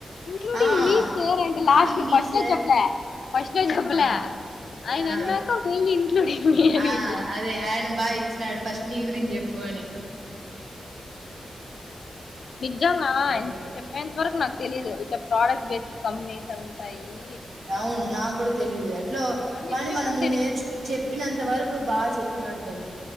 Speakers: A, on the left; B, on the right.
A: ఇన్క్లూడింగ్
B: ఆ
A: మీ సేర్ అంటే
B: ఇంక్లూడింగ్
A: లాస్ట్ లో
B: మీ
A: ఫస్ట్
B: సార్
A: లో చెప్పలే ఫస్ట్ లో చెప్పలే
B: ఆ
A: ఆయన
B: ఆ
A: అన్నాక మన్లీ ఇంక్లూడింగ్ మీ అనిగింది
B: ఆ అదే ఆయన బాగా ఇచ్చినాడు ఫస్ట్ నీ గురించి చెప్పు అని
A: నిజంగా
B: భయంకరంగా
A: చెప్పేంత వరకు నాకు తెలీదు ఇక్కడ ప్రోడక్ట్ బేస్డ్ కంపెనీస్ తగులుతాయి
B: అవును నాకు కూడా తెలీదు ఎట్లో
A: నాకు
B: కానీ
A: నిజంగా
B: మనము
A: తెలీదు
B: నేర్చుకు చెప్పినంత వరకు బాగా చెప్ప చేపినాడు గల్